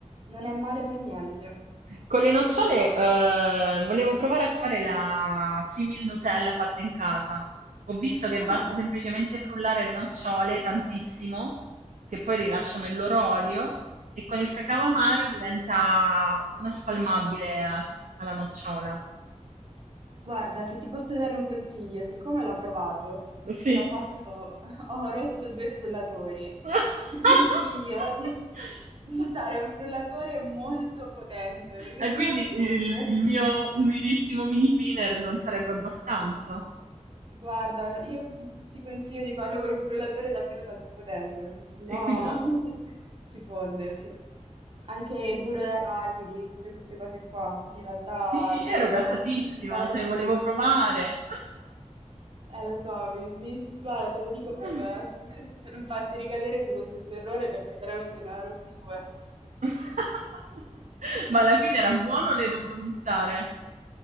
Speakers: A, on the right (about 45°); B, on the right (about 85°).
A: non è male per niente,
B: Con le nocciole,
A: molto buono.
B: eh, volevo provare a fare la simil Nutella fatta in casa. Ho visto che
A: Ah,
B: basta semplicemente frullare le nocciole tantissimo, che poi rilasciano il loro olio, e con il cacao amaro diventa una spalmabile a- alla nocciola.
A: Guarda, se ti posso dare un consiglio, siccome l'ho provato e
B: Sì.
A: l'ho fatto, <laughs> ho rotto due frullatori,
B: <laughs>
A: ti consiglio di, di usare un frullatore molto potente perché
B: E
A: sennò
B: quindi
A: fonde.
B: il, il mio umilissimo mini pinner non sarebbe abbastanza.
A: Guarda, io ti consiglio di farlo con un frullatore davvero tanto potente perché sennò
B: E quindi no-
A: <laughs> si fonde, sì. Anche il burro d'arachidi, tutte queste cose qua, in realtà
B: sì,
A: è meglio...
B: ero gasatissima,
A: Beh.
B: cioè volevo provare.
A: Eh, lo so, mi, mi- guarda, te lo dico
B: <laughs>
A: per, <laughs> per non farti ricadere sullo stesso errore perché veramente ne ho rotti due.
B: <laughs> Ma alla fine era buono o l'hai dovuto buttare?